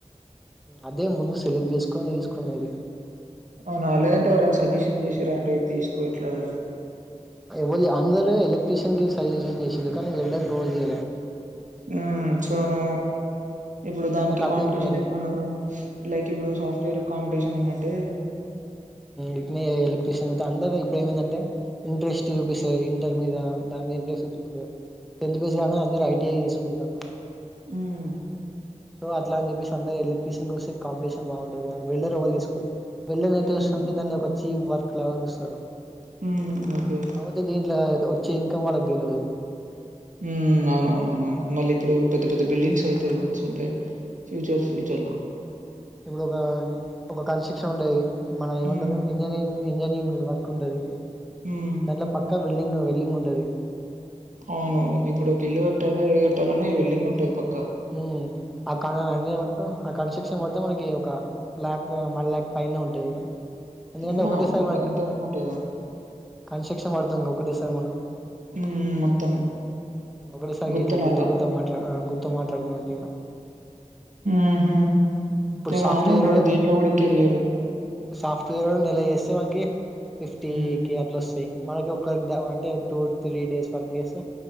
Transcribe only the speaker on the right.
అవునా లేదంటే ఎవరైనా సజెషన్ చేసారా అంటే ఇది తీసుకోవట్లేదని
హ్మ్మ్ చొనో ఇప్పుడు దానికి
కాంపిటీషన్ ఎక్కువ ఉన్నారు లైక్ ఇప్పుడు సాఫ్ట్వేర్ కాంపిటీషన్ ఊన్నట్టు టే
హ్మ్మ్
హ్మ్.
హ్మ్. ఓకే.
ఉ అవునవునవునవును మళ్ళీ ఇప్పుడు పెద్ద పెద్ద బిల్డింగ్స్ అయితే వచ్చుంటాయి ఫ్యూచర్ ఫ్యూచర్ లో
హ్మ్.
హ్మ్.
అవును ఇప్పుడు ఒక ఇల్లు కట్టాల ఏ కట్టాలన్నా ఈ వెల్డింగ్ ఉంటుది పక్క
అవునా?
అంత
అంత అంత ఉంటదా?
హ్మ్. హ్మ్. మొత్తం
గుత్తలాగా.
ఆహ అే బానే
ఉన్నారు దీంట్లో కూడా కెరియర్
హ్మ్.